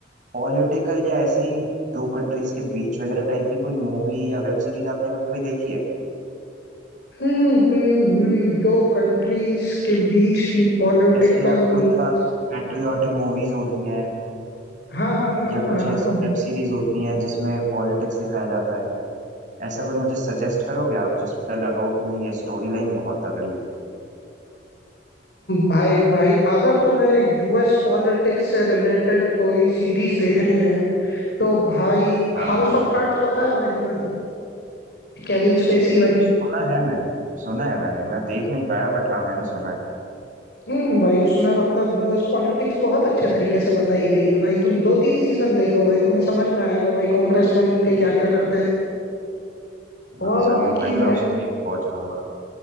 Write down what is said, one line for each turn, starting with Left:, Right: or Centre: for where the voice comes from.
Right: पॉलिटिकल या ऐसे ही दो कंट्रीज के बीच वगैरह टाइप की कोई मूवी या वेब सीरीज आपने कभी कोई देखी है
Left: हम्म हम्म हम्म, दो कंट्रीज के बीच की पॉलिटिकल
Right: जैसे या खुद
Left: मूव
Right: का पैट्रियोटिक मूवीज होती हैं
Left: हाँ हाँ हाँ
Right: या कुछ
Left: हाँ
Right: ऐसी
Left: अब,
Right: वेब सीरीज होती हैं जिसमें पॉलिटिक्स दिखाया जाता है ऐसा कोई मुझे सजेस्ट करोगे आप जिसका लगा हो कि नहीं ये स्टोरी लाइन बहुत तगड़ी है
Left: भाई भाई अगर तुम्हें यूएस पॉलिटिक्स से रिलेटेड कोई सीरीज देखनी है तो भाई
Right: हाँ
Left: हाउस
Right: हाँ
Left: ऑफ कार्ड्स पता है भाई तुम्हें केविन स्पेसी वाली
Right: सुना है मैंने सुना है मैंने मैं देख नहीं पाया बट हाँ मैंने सुना है
Left: हम्म भाई उसमें मतलब यूएस पॉलिटिक्स बहुत अच्छे तरीके से बताई गई है भाई तुम दो तीन सीजन देखो भाई तुम्हें समझ में आएगा भाई कांग्रेसमैन इनके क्या क्या करते हैं
Right: चलो
Left: और
Right: जरूर
Left: बाकी
Right: भाई मैं
Left: भाई
Right: उसको एक वॉच दूंगा